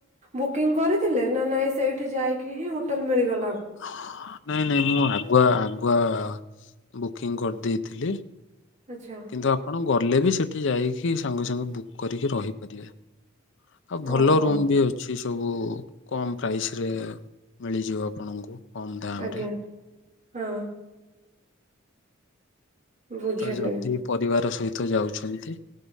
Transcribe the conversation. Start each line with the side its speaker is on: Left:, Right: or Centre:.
Right: ବୁକିଂ କରି ଥିଲେ ନା ନାଇ ସେଇଠି ଯାଇକି ହିଁ ହୋଟେଲ ମିଳିଗ
Left: ହଅ ନାଇଁ ନାଇଁ ମୁଁ ଆଗୁଆ ଆ ଗୁଆ ବୁକିଂ କରିଦେଇଥିଲି।
Right: ଆଚ୍ଛା
Left: କିନ୍ତୁ ଆପଣ ଗଲେ ବି ସେ ସେଠି ଯାଇକି ସାଙ୍ଗେ ସାଙ୍ଗେ ବୁକ୍ କରିକି ରହିପାରିବେ। ଆଉ ଭଲ
Right: ଓହୋ
Left: ରୁମ ବି ଅଛି ସବୁ କମ୍ ପ୍ରାଇସ୍ ରେ ମିଳିଯିବ ଆପଣଙ୍କୁ। କମ୍ ଦାମରେ।
Right: ଆଜ୍ଞା ହଁ। ବୁଝିଲି
Left: ତ ଯଦି ପରିବାର ସହି ତ ଯାଉଛନ୍ତି।